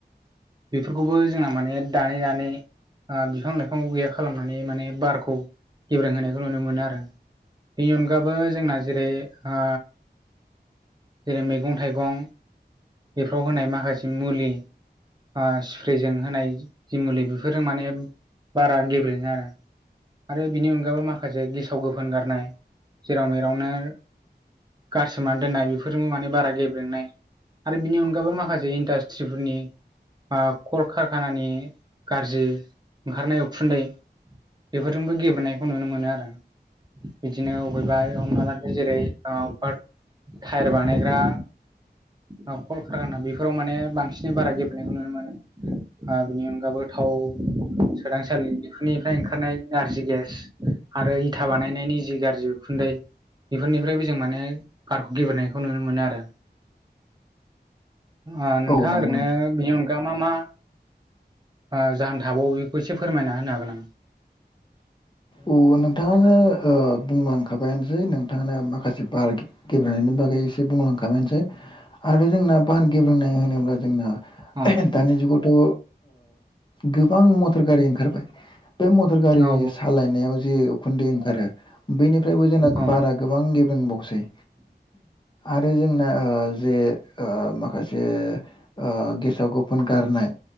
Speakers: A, on the right; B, on the left.
A: बेफोरखौबो जोंहा माने दानै दानै ओ बिफां लाइफां गैया खालामनानै माने बारखौ गेब्रेंहोनायखौ नुनो मोनो आरो। बेनि अनगाबो जोंना जेरै ओ जेरै मैगं - थाइगं बेफ्राव होनाय माखासे मुलि ओ स्प्रेजों होनाय जि मुलि बेफोरजों माने बारा गेब्रेङो आरो। आरो बिनि अनगायैबो माखासे गेसाव गोफोन गारनाय जेराव मेरावनो गारसोमनानै दोननाय बेफारजों माने बारा गेब्रेनाय आरो बिनि अनगाबो माखासे इनदास्त्रि फोरनि ओ कलकारखानानि गाज्रि ओंखारनाय उखुन्दै बेफोरजोंबो गेब्रें नायखौ नुनो मोनो आरो। बिदिनो अबेबा हमनालानो जेरै ओ बाद टायार बानायग्रा औ कलकाखाना बेफोराव माने बांसिन बारा गेब्रें नायखौ नुनो। ओ बिनि अनगाबो थाव सोदांसालि बेफोरनिफ्राय ओंखारनाय नारजि गेस आरो इथा बानायनायनि जि गारजि उखुन्दै बेफोरनिफ्रायबो जों माने बारखौ गेब्रेनायखौ नुनो मोनो आरो। ओ
B: नोंथां
A: नोंथाङा
B: औ नंगौ
A: ओरैनो
B: नोंथां
A: बेनि अन गा मा मा ओ जाहोन थाबावो बेखौ एसे फोरमायना होनो हागोन नामा?
B: उ नोंथाङानो ओ बुंलांखाबायानोसै नोंथाङानो माखासे बार गेब्रें नायनि बागै बुंलांखाबायसै आरो जोंना बार गेब्रेंनाय होनोब्ला जोंना
A: औ
B: <unintelligible> दानि जुगावथ' ओ गोबां मटर गारि ओंखारबाय बे मटर गारि
A: औ
B: सालायनायाव जे उखुन्दै ओंखारो बैनिफ्रायबो जोंना
A: औ
B: बारा गोबां गेब्रेंबावसै। आरो जोंना ओ जे ओ माखासे ओ गेसाव गोफोन गारनाय